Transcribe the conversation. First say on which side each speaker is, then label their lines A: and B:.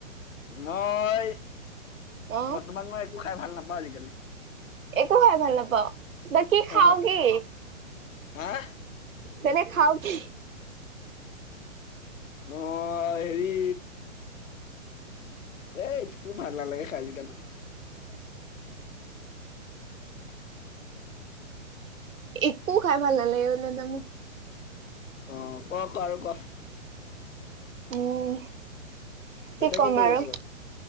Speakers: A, on the left; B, on the right.
A: মই
B: অ
A: বৰ্তমান মই একো খাই ভাল নাপাওঁ আজিকালি
B: একো খাই ভাল নাপাৱ বাকী খাৱ'
A: অহ
B: কি
A: হা
B: তেনে খাৱ' কি
A: মই হেৰি এই এটকো ভাল নালাগে খাই আজিকালি <inaudible>
B: একো খাই ভাল নালাগে বোলে <unintelligible>
A: অ ক ক আৰু ক
B: উম কি
A: এতিয়া
B: ক'ম
A: কৰি
B: আৰু
A: আছ